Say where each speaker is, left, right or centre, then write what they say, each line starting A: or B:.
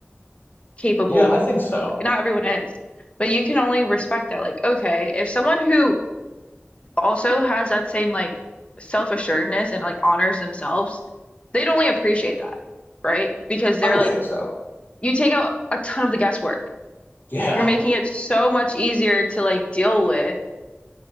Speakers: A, on the left; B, on the left.
A: capable.
B: Yeah, I think so.
A: Not everyone is, but you can only respect that. Like, okay, if someone who also has that same like self-assuredness and like honors themselves, they'd only appreciate that, right? Because they're
B: I would
A: like,
B: think so.
A: you take out a ton of the guesswork.
B: Yeah.
A: You're making it so much easier to like deal with